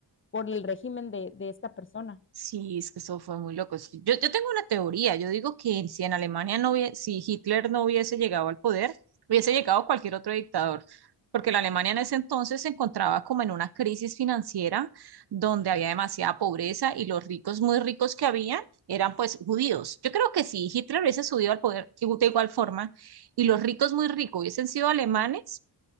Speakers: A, on the left; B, on the right.
A: por el régimen de, de esta persona.
B: Sí, es que eso fue muy loco. Es que Yo, yo tengo una teoría. Yo digo que si en Alemania no hubiese, si Hitler no hubiese llegado al poder, hubiese llegado cualquier otro dictador. Porque la Alemania en ese entonces se encontraba como en una crisis financiera donde había demasiada pobreza y los ricos, muy ricos que habían, eran pues judíos. Yo creo que si Hitler hubiese subido al poder de igual forma y los ricos muy ricos hubiesen sido alemanes,